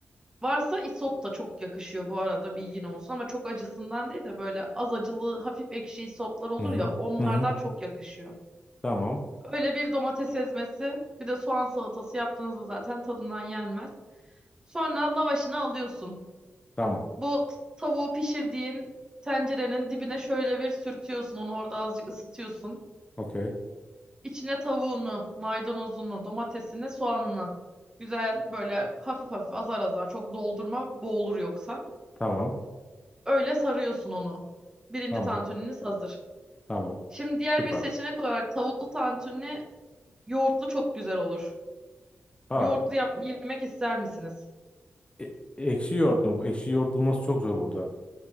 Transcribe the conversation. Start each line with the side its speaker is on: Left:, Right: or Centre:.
Right: Varsa isot da çok yakışıyor bu arada bilgin olsun ama çok acısından değil de böyle az acılı hafif ekşi isotlar olur
Left: Hı hı.
Right: ya onlardan
Left: Hı hı.
Right: çok yakışıyor.
Left: Tamam.
Right: Öyle bir domates ezmesi bir de soğan salatası yaptığınızda zaten tadından yenmez. Sonra lavaşını alıyorsun.
Left: Tamam.
Right: Bu t- tavuğu pişirdiğin tencerenin dibine şöyle bir sürtüyorsun onu orada azıcık ısıtıyorsun.
Left: Okey.
Right: İçine tavuğunu, maydanozunu, domatesini, soğanını güzel böyle hafif hafif azar azar çok doldurma boğulur yoksa.
Left: Tamam.
Right: Öyle sarıyorsun onu. Birinci
Left: Tamam.
Right: tantuniniz hazır.
Left: Tamam.
Right: Şimdi diğer
Left: Süper.
Right: bir seçenek olarak tavuklu tantuni yoğurtlu çok güzel olur.
Left: Ha.
Right: Yoğurtlu yap yemek ister misiniz?
Left: E ekşi yoğurt mu? Ekşi yoğurt bulması çok zor burada.